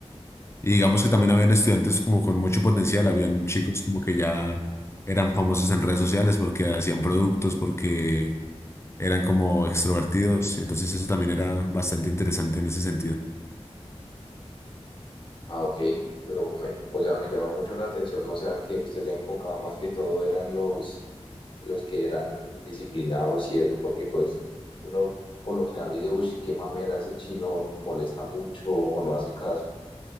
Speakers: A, on the left; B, on the left.
A: Y digamos que también habían estudiantes como con mucho potencial, habían chicos como que ya eran famosos en redes sociales porque hacían productos, porque eran como extrovertidos, entonces eso también era bastante interesante en ese sentido.
B: Ah, ok, pero me, o sea, me llama mucho la atención, o sea, que usted se enfocaba más que todo eran los, los que eran disciplinados y eso, porque pues uno por lo general dice, uy, qué mamera ese chino, molesta mucho o no hace caso,